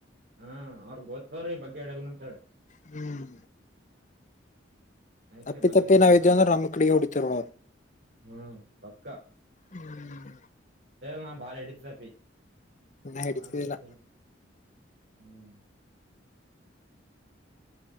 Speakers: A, on the right; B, on the left.
A: ಹಾ ಅವ್ರಗ್ ಗೋದತ್ತತವ್ರಿ ಬಗ್ಗೆ್ಯಾಡಲ್ಲ ಅಂತ ಹೇಳಿ
B: ಹ್ಮ್
A: ಆಯ್ಕೆ
B: ತಪ್ಪಿ
A: ಬಗ್ಗೆಂಕ
B: ತಪ್ಪಿ
A: ಹೊಡಿತಾರ
B: ನಾವ್ ಇದೇವ ಅಂದ್ರ
A: ಅವರು
B: ನಮ್ ಕಡೆಗೆ ಹೊಡಿತಿರ್ ಅವ್ರು
A: ಹ್ಮ್ ಪಕ್ಕ
B: ಹ್ಮ್
A: ನಾ ಬಾಳ ಇಡ್ತಿದಪ್ಪಿ
B: ಇನ್ನ ಹಿಡಿತಿದಿಲ್ಲ
A: ಹಾ ಬಡಸಲ್ಲ ಹ್ಮ್